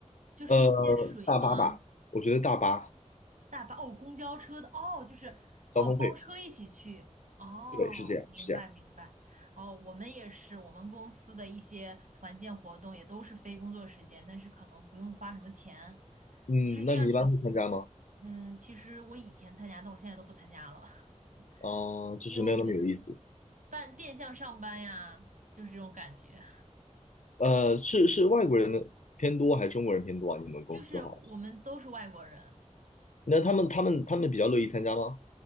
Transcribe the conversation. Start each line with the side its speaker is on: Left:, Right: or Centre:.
Right: 就是一些水吗？
Left: 呃。大巴吧，我觉得大巴
Right: 大巴哦，公交车的哦，就是哦，
Left: 交通费，
Right: 包车一起去哦，
Left: 对，是这样，
Right: 明白明白哦，
Left: 是这样。
Right: 我们也是，我们公司的一些团建活动也都是非工作时间，但是可能不用花什么钱。
Left: 嗯，
Right: 其实这样挺，
Left: 那你一般会参加吗？
Right: 嗯，其实我以前参加，但我现在都不参加了，
Left: 啊、
Right: <laughs>
Left: 就是没有那么有意思。
Right: 因为我觉得半变相上班呀，就是这种感觉，
Left: 呃，是是外国人的偏多还是中国人偏多啊？你们公司哈？
Right: 就是我们都是外国人，
Left: 那他们他们他们比较乐意参加吗？